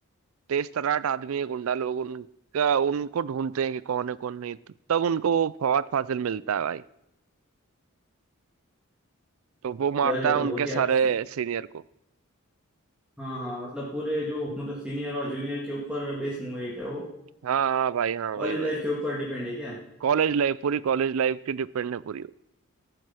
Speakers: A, on the right; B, in the centre.
A: तेज तर्राट आदमी है गुंडा लोग उनका उनको ढूंढते हैं कि कौन है कौन नहीं तो तब उनको वो फवाद फाजिल मिलता है भाई तो वो मारता
B: यार ये तो
A: है उनके
B: बहुत ही अच्छी
A: सारे सीनियर को
B: हाँ हाँ मतलब पूरे जो मतलब सीनियर और जूनियर के ऊपर बेस्ड मूवी है क्या वो
A: हाँ हाँ भाई हाँ भाई
B: कॉलेज
A: भाई
B: लाइफ के ऊपर डिपेंड है क्या
A: कॉलेज लाइफ पूरी कॉलेज लाइफ की डिपेंड है पूरी